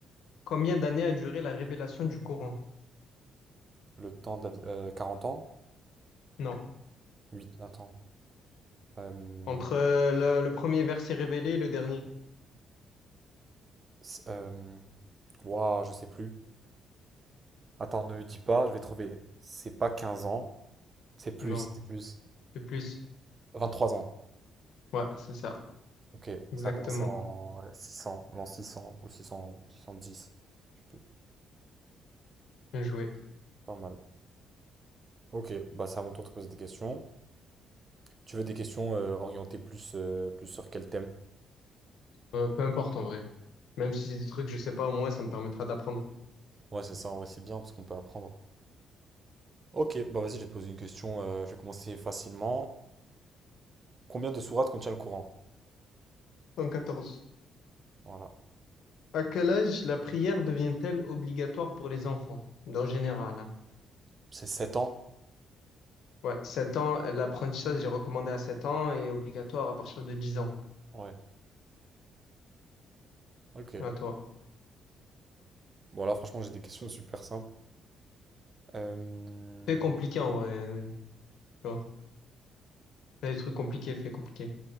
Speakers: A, on the left (about 75°); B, on the right (about 35°).
A: Combien d'années a duré la révélation du Coran?
B: Le temps de la vie. euh, 40 ans?
A: Non.
B: Huit attends. Euh,
A: Entre euh, le, le premier verset révélé et le dernier?
B: c'est- euh, ouah, je sais plus. Attends, ne me dis pas, je vais trouver. C'est pas 15 ans, c'est plus,
A: Non.
B: c'était plus.
A: C'est plus.
B: 23 ans.
A: Ouais, c'est ça.
B: Ok,
A: Exactement.
B: ça a commencé en ouais, 600, l'an 600 ou 600, 610. Je sais plus.
A: Bien joué.
B: Pas mal. Ok, bah c'est à mon tour de te poser des questions. Tu veux des questions euh, orientées plus, euh, plus sur quel thème?
A: Euh, peu importe en vrai. Même si c'est des trucs que je sais pas, au moins ça me permettra d'apprendre.
B: Ouais, c'est ça, en vrai, c'est bien parce qu'on peut apprendre. Ok, bah vas-y, je vais te poser une question. euh, je vais commencer facilement. Combien de sourates contient le Coran?
A: cent quatorze
B: Voilà.
A: À quel âge la prière devient-elle obligatoire pour les enfants? En général, hein.
B: C'est sept ans?
A: Ouais, sept ans, l'apprentissage est recommandé à 7 ans et obligatoire à partir de 10 ans.
B: Ouais. Ok.
A: À toi.
B: Bon, là, franchement, j'ai des questions super simples. Euh,
A: Fait compliqué en vrai. euh, Tu vois. T'as des trucs compliqués, fait compliqué.